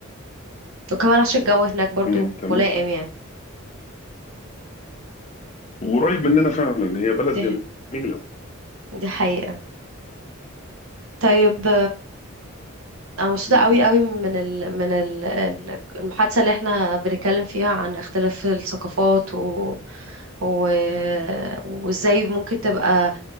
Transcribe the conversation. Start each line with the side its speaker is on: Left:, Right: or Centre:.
Right: وكمان عشان الجو هناك برضو
Left: مم، تمام
Right: ملائم يعني
Left: وقريب مننا فعلا هي بلد
Right: دي
Left: جميلة
Right: دي حقيقة طيب أنا مبسوطة
Left: مم.
Right: قوي قوي من ال... من ال... ال- المحادثة اللي احنا بنتكلم فيها عن اختلاف الثقافات و... و... وازاي ممكن تبقى